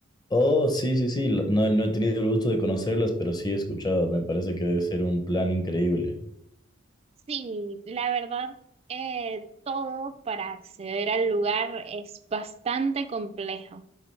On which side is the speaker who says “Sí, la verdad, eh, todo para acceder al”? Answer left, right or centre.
Right